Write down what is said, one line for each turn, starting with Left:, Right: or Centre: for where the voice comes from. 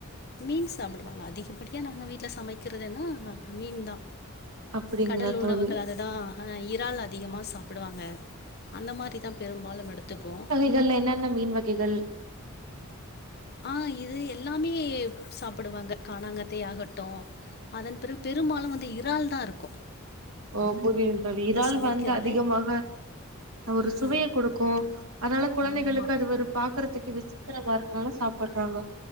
Left: மீன் சாப்புடுவாங்க அதிகப்படியா நாங்க வீட்ல சமைக்கிறதுன்னா மீன் தா
Right: அப்டிங்களா
Left: கடல் உணவுகள்
Right: தோழி
Left: அதுதா ஆ இறால் அதிகமா சாப்புடுவாங்க அந்த மாரிதா பெரும்பாலு எடுத்துப்போ
Right: மீன்கள்ல என்னென்ன மீன் வகைகள்
Left: ஆ இது எல்லாமே சாப்புடுவாங்க காணாங்காத்தே ஆகட்டோ அதன் பிறவு பெரும்பாலு வந்து இறால்தா இருக்கோ
Right: ஓ புரியு தோழி இறால்
Left: சமைக்கிறது
Right: வந்து அதிகமாக ஒரு
Left: ம்
Right: சுவைய குடுக்கோ அதனால குழந்தைகுளுக்கு
Left: ஆமா
Right: அது வரு பாக்குறதுக்கு விசித்திரமா இருக்கிறதுனால சாப்புட்றாங்க